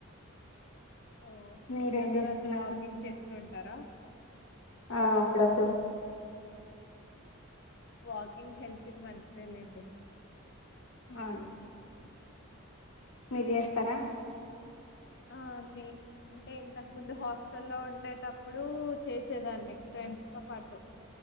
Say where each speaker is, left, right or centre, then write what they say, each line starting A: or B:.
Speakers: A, on the left; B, on the left.
A: ఓ
B: మీరేం
A: తిన్న తర్వాత
B: చేస్తున్నారు
A: వాకింగ్ చేస్తూ ఉంటారా,
B: ఆ అప్పుడప్పుడు
A: వాకింగ్ హెల్త్ కి మంచిదెలెండి,
B: అవును మీరు చేస్తారా
A: <unintelligible> ఆ అ మీ అంటే ఇంతకు ముందు హాస్టల్ల్లో ఉండేటప్పుడు చేసేదాన్ని ఫ్రెండ్స్ స్తో పాటు